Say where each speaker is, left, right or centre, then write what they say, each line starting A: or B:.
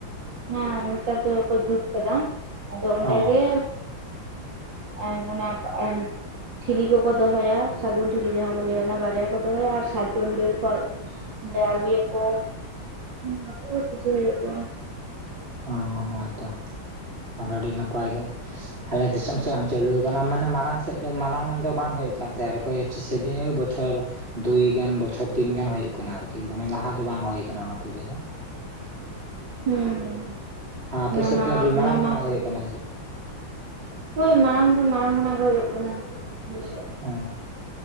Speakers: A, on the right; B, on the right.
A: ᱦᱮᱸ ᱱᱮᱛᱟᱨ ᱫᱚᱠᱚ ᱡᱩᱛ ᱠᱟᱫᱟ ᱟᱫᱚ ᱚᱸᱱᱰᱮ
B: ᱚ
A: ᱜᱮ, ᱮᱸ ᱚᱱᱟ ᱮᱱ, ᱴᱷᱤᱞᱤ ᱠᱚᱠᱚ ᱫᱚᱦᱚᱭᱟ ᱥᱟᱹᱜᱩᱱ ᱴᱷᱤᱞᱤ ᱠᱚᱠᱚ ᱫᱚᱦᱚᱭᱟ ᱥᱟᱹᱜᱩᱱ ᱴᱷᱤᱞᱤ ᱡᱟᱦᱟᱸ ᱠᱚ ᱞᱟᱹᱭᱟ ᱚᱱᱟ ᱵᱟᱨᱭᱟ ᱠᱚ ᱫᱚᱦᱚᱭᱟ ᱟᱨ ᱥᱟᱨᱡᱚᱢ ᱰᱟᱹᱨ ᱠᱚ ᱚᱸᱰᱮ ᱟᱜᱩᱭᱟᱠᱚ ᱚᱱᱟ ᱠᱚ ᱯᱩᱡᱟᱹ ᱦᱩᱭᱩᱜ ᱜᱮᱭᱟ᱾
B: ᱚᱸ ᱦᱚᱭᱛᱚ ᱚᱱᱟ ᱟᱹᱰᱤ ᱱᱟᱯᱟᱭ ᱜᱮ᱾ ᱟᱞᱮ ᱫᱤᱥᱚᱢ ᱥᱮᱫ ᱦᱚᱸ ᱪᱟᱹᱟᱞᱩ ᱟᱠᱟᱱᱟ ᱢᱟᱱᱮ ᱢᱟᱲᱟᱝ, ᱥᱮᱫ ᱫᱚ ᱢᱟᱲᱟᱝ ᱫᱚ ᱵᱟᱝ ᱦᱩᱭᱩᱜ ᱠᱟᱱ ᱛᱟᱭᱟ ᱟᱨ ᱮᱴᱤᱥᱤᱰᱤ ᱵᱚᱪᱷᱚᱨ ᱫᱩᱭ ᱜᱟᱱ ᱵᱚᱪᱷᱚᱨ ᱛᱤᱱᱜᱟᱱ ᱦᱳᱭ ᱠᱟᱱᱟ ᱟᱨᱠᱤ ᱫᱚᱢᱮ ᱞᱟᱦᱟ ᱫᱚ ᱵᱟᱝ ᱦᱩᱭ ᱠᱟᱱᱟ ᱚᱱᱟ ᱯᱩᱡᱟᱹ ᱫᱚ᱾
A: ᱦᱩᱸ ᱦᱩᱸ
B: ᱟᱯᱮ
A: ᱚᱱᱟ
B: ᱥᱮᱫ
A: ᱢᱟ
B: ᱫᱚ ᱨᱤ ᱢᱟᱲᱟᱝ
A: ᱚᱱᱟ
B: ᱠᱷᱚᱱᱟᱜ
A: ᱢᱟ
B: ᱜᱮ ᱦᱩᱭᱩᱜ ᱠᱟᱱᱟ ᱪᱮᱜ?
A: ᱦᱳᱭ ᱢᱟᱲᱟᱝ ᱫᱚ ᱢᱟᱲᱟᱝ ᱠᱷᱚᱱᱟᱜ ᱜᱮ ᱦᱩᱭᱩᱜ ᱠᱟᱱᱟ ᱟᱞᱮ ᱥᱮᱜ᱾
B: ᱚᱸ